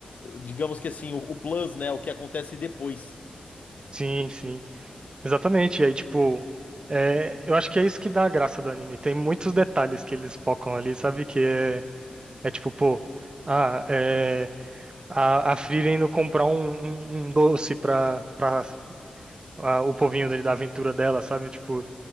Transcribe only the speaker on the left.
digamos que assim, o, o plus, né, o que acontece depois.